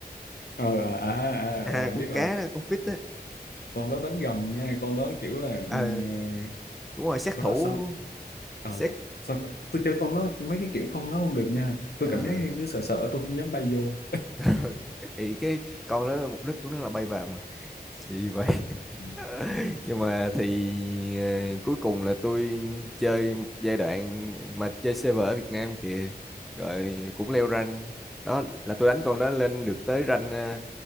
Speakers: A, on the left; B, in the centre.
A: Ờ, à, à,
B: à
A: à,
B: con
A: biết rồi
B: cá đó con fish đó
A: con đó đánh gần nha con đó kiểu là
B: ờ
A: ừ, ờ,
B: đúng rồi sát
A: con
B: thủ
A: đó sao Ờ,
B: sát
A: sao con- tôi chơi con đó mấy cái kiểu con đó không được nha tôi
B: ờ
A: cảm giác như cứ sợ sợ tôi không dám bay vô
B: <laughs> thì cái con đó mục đích của nó là bay vào mà gì vậy <laughs>
A: ừ.
B: nhưng mà thì ờ, cuối cùng là tôi chơi một giai đoạn mà chơi server ở Việt Nam kìa rồi cũng leo rank đó là tôi đánh con đó lên được tới rank ờ,